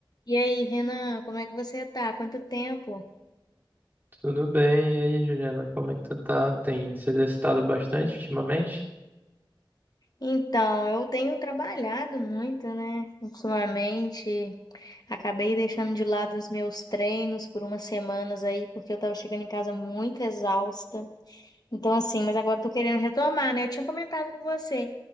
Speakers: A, on the left; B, on the right.
A: E aí, Renan, como é que você tá? Quanto tempo?
B: Tudo bem, e aí, Juliana, como é que tu tá? Tem se exercitado bastante ultimamente?
A: Então, eu tenho trabalhado muito, né? Ultimamente, acabei deixando de lado os meus treinos por umas semanas aí, porque eu tava chegando em casa muito exausta. Então, assim, mas agora eu tô querendo retomar, né? Eu tinha comentado com você